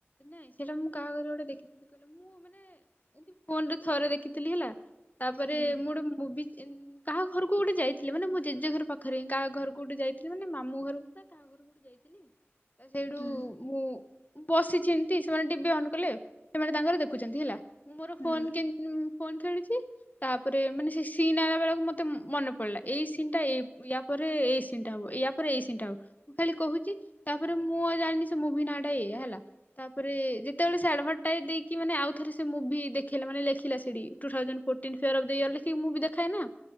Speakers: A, on the left; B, on the left.
A: ନାଇଁ ସେଇଟା ମୁଁ କାହାଘରେ ଗୋଟେ ଦେଖିଥିଲି କହିଲେ ମୁଁ ମାନେ ଏମତି ଫୋନରେ ଥରେ ଦେଖିଥିଲି ହେଲା। ତାପରେ
B: ହୁଁ
A: ମୁଁ ଗୋଟେ ମୁଭି <unintelligible> କାହା ଘରୁକୁ ଗୋଟେ ଯାଇଥିଲେ ମାନେ ମୋ ଜେଜେ ଘର ପାଖେରେ ହିଁ କାହା ଘରୁକୁ ଗୋଟେ ଯାଇଥିଲେ, ମାନେ ମାମୁଁ ଘରୁକୁ ନା କାହା ଘରୁକୁ ଯାଇଥିଲି। ତ ସେଇଠୁ
B: ହୁଁ
A: ମୁଁ ବସି ଚି ଏମତି ସେମାନେ ଟିବି ଅନ୍ କଲେ ଆଉ ସେମାନେ ତାଙ୍କର ଦେଖୁଛନ୍ତି ହେଲା। ମୋର
B: ହୁଁ
A: ଫୋନ୍ କେନ୍ ଉମ ଫୋନ୍ ଖେଳୁଛି। ତାପରେ ମାନେ ସେ ସିନ୍ ଆଇଲା ବେଳକୁ ମତେ ମନେ ପଡିଲା ଏଇ ସିନ୍ ଟା ଏଇ ୟା ପରେ ଏଇ ସିନ୍ ଟା ହବ ୟା ପରେ ଏଇ ସିନ୍ ଟା ହବ। ମୁଁ ଖାଲି କୋହୁଛି, ତାପରେ ମୁଁ ଆଉ ଜାଣିନି ସେ ମୁଭି ନାଁଟା ଏୟା ହେଲା। ତାପରେ ଯେତେବେଳେ ସେ ଆଡଭରଟାଇଜ୍ ଦେଇକି ମାନେ ଆଉ ଥରେ ସେ ମୁଭି ଦେଖେଇଲା, ମାନେ ଲେଖିଲା ସେଠି two thousand fourteen fear of the year ଲେଖିକି ମୁବି ଦେଖାଏନା,